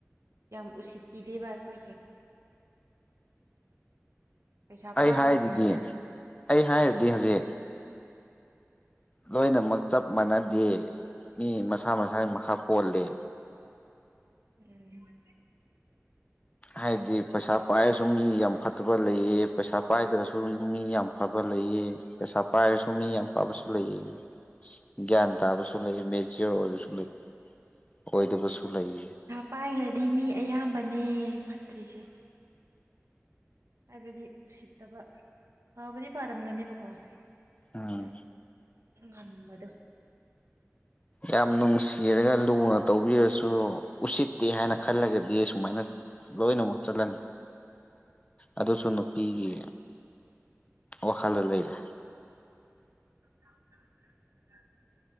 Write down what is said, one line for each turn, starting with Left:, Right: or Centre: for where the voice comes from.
Right: ꯌꯥꯝ ꯎꯁꯤꯠꯄꯤꯗꯦꯕ ꯑꯩꯈꯣꯏꯁꯦ ꯄꯩꯁꯥ
Left: ꯑꯩ
Right: ꯄꯥꯏꯔꯦ
Left: ꯍꯥꯏꯗꯨꯗꯤ
Right: ꯀꯥꯏꯅ
Left: ꯑꯩ ꯍꯥꯏꯔꯗꯤ ꯍꯧꯖꯤꯛ ꯂꯣꯏꯅꯃꯛ ꯆꯞ ꯃꯥꯟꯅꯗꯦ ꯃꯤ ꯃꯁꯥ ꯃꯁꯥꯒꯤ ꯃꯈꯥ ꯄꯣꯜꯂꯦ
Right: ꯎꯝ
Left: ꯍꯥꯏꯗꯤ ꯄꯩꯁꯥ ꯄꯥꯏꯔꯁꯨ ꯃꯤ ꯌꯥꯝ ꯐꯠꯇꯕ ꯂꯩꯌꯦ ꯄꯩꯁꯥ ꯄꯥꯏꯗ꯭ꯔꯁꯨ ꯃꯤ ꯌꯥꯝ ꯐꯕ ꯂꯩꯌꯦ ꯄꯩꯁꯥ ꯄꯥꯏꯔꯁꯨ ꯃꯤ ꯌꯥꯝ ꯐꯕꯁꯨ ꯂꯩꯌꯦ ꯒ꯭ꯌꯥꯟ ꯇꯥꯕꯁꯨ ꯂꯩꯌꯦ ꯃꯦꯆꯣꯔ ꯑꯣꯏꯕꯁꯨ ꯂꯩ ꯑꯣꯏꯗꯕꯁꯨ ꯂꯩ
Right: ꯄꯥꯏꯒ꯭ꯔꯗꯤ ꯃꯤ ꯑꯌꯥꯝꯕꯅꯦ ꯐꯠꯇ꯭ꯔꯤꯁꯦ ꯍꯥꯏꯕꯗꯤ ꯎꯁꯤꯠꯇꯕ ꯐꯕꯨꯗꯤ ꯐꯔꯝꯒꯅꯦꯕꯀꯣ
Left: ꯎꯝ
Right: ꯗ ꯉꯝꯕꯗꯣ
Left: ꯌꯝ ꯅꯨꯡꯁꯤꯔꯒ ꯂꯨꯅ ꯇꯧꯕꯤꯔꯁꯨ ꯎꯁꯤꯠꯇꯦ ꯍꯥꯏꯅ ꯈꯜꯂꯒꯗꯤ ꯁꯨꯃꯥꯏꯅ ꯂꯣꯏꯅꯃꯛ ꯆꯠꯂꯅꯤ ꯑꯗꯨꯖꯨ ꯅꯨꯄꯤꯒꯤ ꯋꯥꯈꯜꯗ ꯂꯩꯔꯦ
Right: <inaudible>